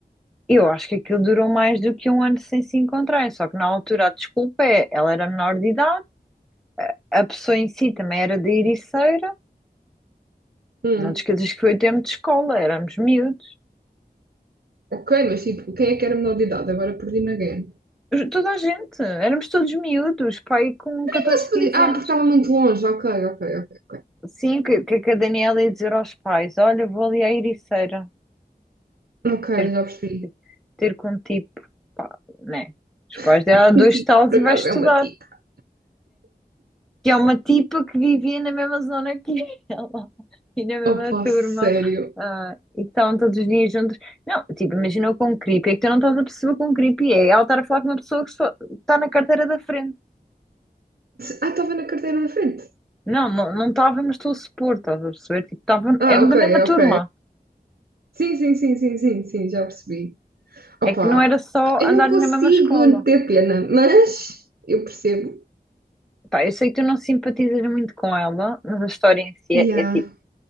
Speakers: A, in the centre; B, on the right (about 75°).
A: Eu acho que aquilo durou mais do que um ano sem se encontrarem, só que na altura a desculpa é, ela era menor de idade, a pessoa em si também era da Ericeira,
B: Hum,
A: não te esqueças que foi o tempo de escola, éramos miúdos.
B: ok, mas tipo, quem é que era menor de idade? Agora perdi-me again.
A: Toda a gente, éramos todos miúdos, pai com 14,
B: Não se
A: 15
B: podia. Ah,
A: anos.
B: porque estava muito longe. Ok, ok, ok, ok.
A: Sim, que, que a Daniela ia dizer aos pais, olha, vou ali à Ericeira
B: Ok,
A: ter
B: já percebi.
A: ter com um tipo, pá, né? Os pais
B: <laughs>
A: dela, há dois
B: Um tipo,
A: talos
B: que por
A: e
B: acaso
A: vai estudar.
B: é uma tica.
A: Que é uma tipa que vivia na mesma zona que <laughs> ela e na mesma
B: Opa,
A: turma.
B: sério.
A: ah, e que estavam todos os dias juntos. Não, tipo, imagina com um creepy. É que tu não estás a perceber com um creepy. É ela estar a falar com uma pessoa que só está na carteira da frente.
B: Ah, estava na carteira da frente.
A: Não, não não estávamos, estou a supor, estás a perceber? Tipo, estavam,
B: Ah,
A: eram
B: ok,
A: da mesma turma.
B: ok. Sim, sim, sim, sim, sim, sim, já percebi. Opa,
A: É que não era só
B: eu
A: andarem
B: não consigo
A: na mesma escola.
B: ter pena, mas eu percebo.
A: Pá, eu sei que tu não simpatizas muito com ela, mas a história em si
B: Yeah.
A: é, é tipo,